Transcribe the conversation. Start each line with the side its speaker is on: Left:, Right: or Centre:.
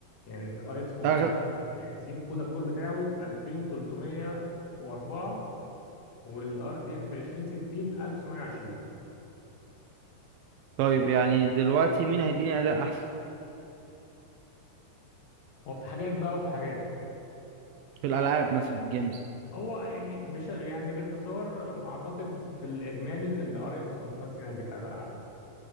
Left: يعني الار اكس 590
Right: أغلى
Left: كودا كور بتاعه 2304 والار تي اكس 2060 1920
Right: طيب يعني دلوقتي مين هيديني أداء أحسن
Left: هو في حاجات بقى وفي حاجات
Right: في الألعاب مثلا في الجيمز
Left: هو يعني بش يعني باختصار اعتقد في الاجمالي ان الار اكس 590 هيديك اداء اعلى